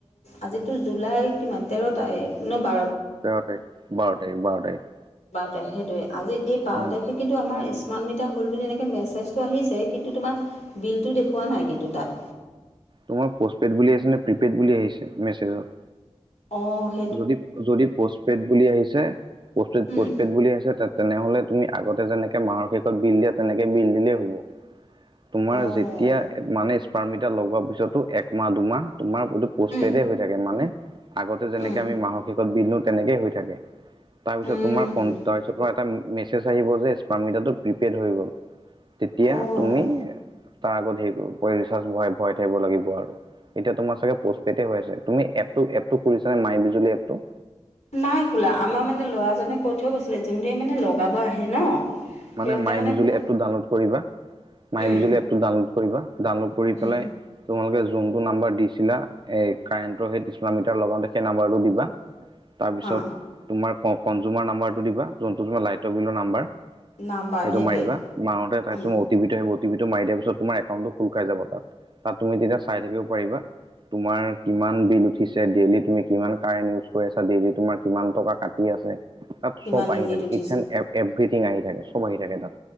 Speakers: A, on the left (about 85°); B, on the right (about 40°).
A: আজিতো জুলাই কিমান তেৰ তাৰিখ নে বাৰ
B: তেৰ তাৰিখ, বাৰ তাৰিখ বাৰ তাৰিখ।
A: বাৰ তাৰিখ সেইটোৱে, আজি এই বাৰ
B: উম
A: তাৰিখে কিন্তু আমাৰ স্মাৰ্ট মিটাৰ হ'ল বুলি এনেকে মেছেজটো আহিছে, কিন্তু তোমাৰ বিলটো দেখুওৱা নাই কিন্তু তাত।
B: তোমাৰ পষ্ট পেইড বুলি আহিছে নে প্ৰিপেইড বুলি আহিছে মেছেজত?
A: অ'।
B: যদি-যদি পষ্টপেড বুলি আহিছে পড
A: উম
B: পষ্টপেড বুলি আছে তাত তেনেহলে তুমি আগতে যেনেকে মাহৰ শেষত বিল দিয়া তেনেকে বিল দিলেই হ'ব। তোমাৰ
A: অঁ
B: যেতিয়া মানে স্মাৰ্টৰ্মিটাৰ লগোৱাৰ পিছতো একমাহ দুমাহ তোমাৰ এইটো পোষ্ট
A: উম
B: পেডে হৈ থাকে মানে আগতে যেনেকে
A: উম
B: আমি মাহৰ শেষত দিওঁ, তেনেকে হৈ থাকে। তাৰপিছত
A: উম
B: তোমাৰ কণ তাৰপিছত এটা মেচেজ আহিব যে স্মাৰ্ট মিটাৰটো প্ৰিপেইড হৈ গ'ল। তেতিয়া
A: অঁ
B: তুমি তাৰ আগত হেৰি কৰিব ৰিচাচ ভ-ভৰাই থাকিব লাগিব আৰু। এতিয়া তোমাৰ চাগে পষ্টপেইডে হৈ আছে, তুমি এটো খুলিছ নে মাই বিজুলী এপটো?
A: নাই খোলা। আমাৰ মানে ল'ৰাজনে কৈ থৈ গৈছিলে যোনটোৱে মানে লগাব আহে ন?
B: মানে
A: সিহঁতে
B: মাই বিজুলী
A: কৈ
B: এপ টো ডাউনলোড কৰিবা। মাই
A: উম
B: বিজুলি এপটো ডাউনলোড কৰিবা, ডাউনলোড কৰি
A: উম
B: পেলাই তোমালোকে যোনতটো নাম্বাৰ দিছিলা এ কাৰেণ্টৰ সেই স্মাৰ্টমিটাৰ লগাওঁতে সেই নাম্বাৰটো দিবা। তাৰপিছত
A: হা
B: তোমাৰ কনজুমাৰ নাম্বাৰটো দিবা যোনটো তোমাৰ লাইটৰ বিলৰ নাম্বাৰ।
A: নাম্বাৰ
B: সেইটো
A: সেইটোৱে
B: মাৰিবা তোমাৰমতে তাইছো
A: উম
B: ম অটিপি টো আহিব অটিপিটো মাৰি দিয়াৰ পিছত তোমাৰ একাউণ্টটো খোল খাই যাব তাত, তাত তেতিয়া তুমি চাই থাকিব পাৰিবা। তোমাৰ কিমান বিল উঠিছে ডেইলি তুমি কিমান কাৰেণ্ট ইউজ কৰি আছা ডেইলি তোমাৰ কিমান টকা কাটি আছে। তাত
A: কিমান
B: চব আহি
A: ইউনিট
B: থাকে
A: উঠিছে
B: ইটছ এন এ এভৰিথিং আহি থাকে চব আহি থাকে তাত,